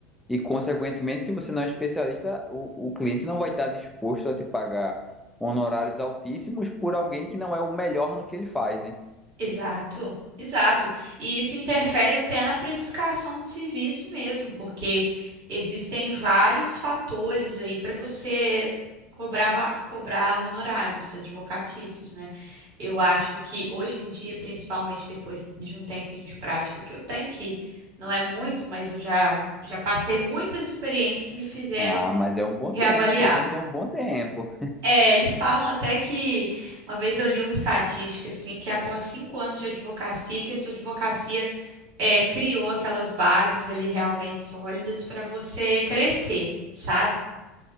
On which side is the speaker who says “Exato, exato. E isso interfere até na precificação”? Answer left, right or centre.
Right